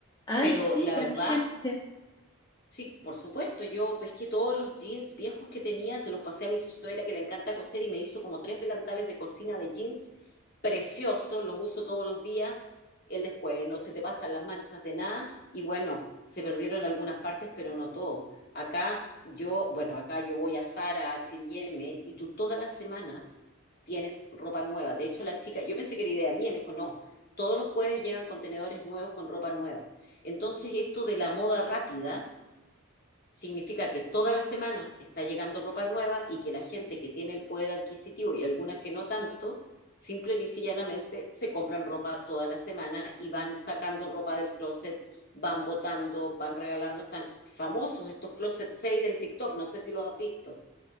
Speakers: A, on the left (about 20°); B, on the left (about 45°).
A: Ay,
B: pero
A: sí,
B: la
A: tranquilamente.
B: verdad Sí, por supuesto, yo pesqué todos los jeans viejos que tenía, se los pasé a mi suegra que le encanta coser y me hizo como tres delantales de cocina de jeans preciosos, los uso todos los días, el descueve, no se te pasan las manchas de nada y bueno, se perdieron algunas partes, pero no todo. Acá yo, bueno, acá yo voy a Zara, a H y M y tú todas las semanas tienes ropa nueva. De hecho, la chica, yo pensé que era idea mía y me dijo, no, todos los jueves llegan contenedores nuevos con ropa nueva. Entonces, esto de la moda rápida significa que todas las semanas está llegando ropa nueva y que la gente que tiene el poder adquisitivo y algunas que no tanto, simple y llanamente se compran ropa toda la semana y van sacando ropa del closet, van botando, van regalando. Están famosos estos closet sale en TikTok, no sé si los has visto.